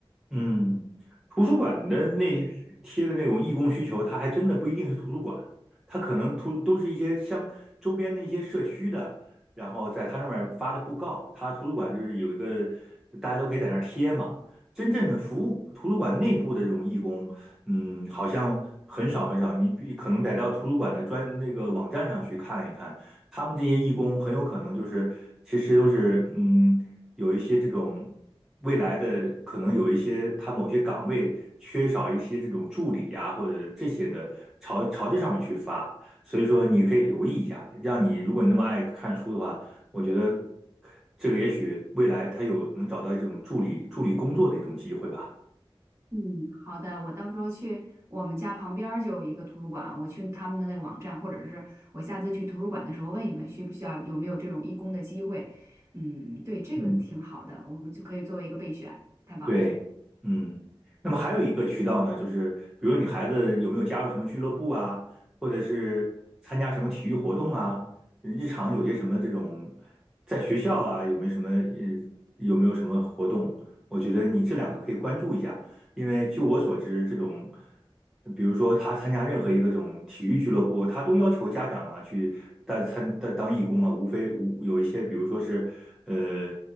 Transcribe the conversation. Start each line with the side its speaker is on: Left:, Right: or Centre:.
Centre: 嗯，图书馆的那贴的那种义工需求，它还真的不一定是图书馆，它可能图都是一些像周边的一些社区的，然后在他那边发的布告，他图书馆就是有一个大家都可以在那儿贴嘛。真正的服务图书馆内部的这种义工，嗯，好像很少很少，你比可能得到图书馆的专那个网站上去看一看，他们这些义工很有可能就是其实都是嗯。有一些这种未来的可能有一些他某些岗位缺少一些这种助理呀、或者这些的，朝朝这上面去发。所以说你可以留意一下，让你如果你那么爱看书的话，我觉得这个也许未来他有能找到这种助理助理工作的一种机会吧。
Right: 嗯，好的，我到时候去我们家旁边儿就有一个图书馆，我去他们的那个网站，或者是我下次去图书馆的时候问一问，需不需要有没有这种义工的机会。嗯，对，这个挺好的，
Centre: 嗯。
Right: 我就可以作为一个备选，太棒了。
Centre: 对，嗯，那么还有一个渠道呢，就是比如你孩子有没有加入什么俱乐部啊，或者是参加什么体育活动啊，日常有些什么这种，在学校啊有没有什么呃有没有什么活动？我觉得你这两个可以关注一下，因为就我所知，这种比如说他参加任何一个这种体育俱乐部，他都要求家长啊去带参带当义工啊，无非无有一些比如说是。呃。